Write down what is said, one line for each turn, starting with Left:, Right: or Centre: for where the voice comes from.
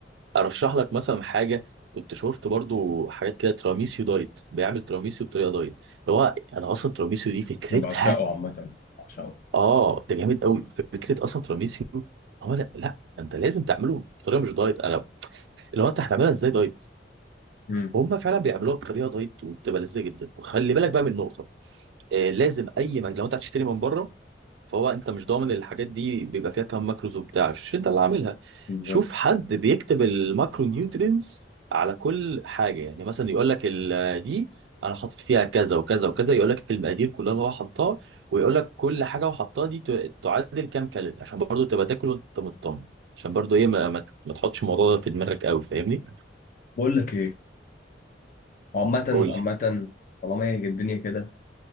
Right: ارشح لك مثلا حاجه كنت شفت برضو حاجات كده تراميسيو دايت بيعمل تراميسيو بطريقه دايت اللي هو انا اصلا تراميسيو دي فكرتها
Left: أنا بعشقه عامة بعشقه
Right: اه ده جامد قوي فكره اصلا تراميسيو هو لا لا انت لازم تعمله بطريقه مش دايت انا اللي هو انت هتعملها ازاي دايت
Left: امم
Right: هم فعلا بيعملوها بطريقه دايت وبتبقى لذيذه جدا وخلي بالك بقى من نقطه آه لازم اي مكان لو انت هتشتري من بره فهو انت مش ضامن الحاجات دي بيبقى فيها كام ماكروز وبتاع مش انت اللي عاملها
Left: بالظبط
Right: شوف حد بيكتب الماكرو نيوترينز على كل حاجه يعني مثلا يقول لك ال- دي انا حاطط فيها كذا وكذا وكذا يقول لك المقادير كلها اللي هو حطها ويقول لك كل حاجه هو حطها دي ت- تعادل كام كالوري عشان برضو تبقى تاكل وانت مطمن عشان برضو ايه ما, ما, ما تحطش الموضوع ده في دماغك قوي فاهمني
Left: بقول لك إيه عامة
Right: قول
Left: عامة
Right: لي
Left: طالما هي الدنيا كده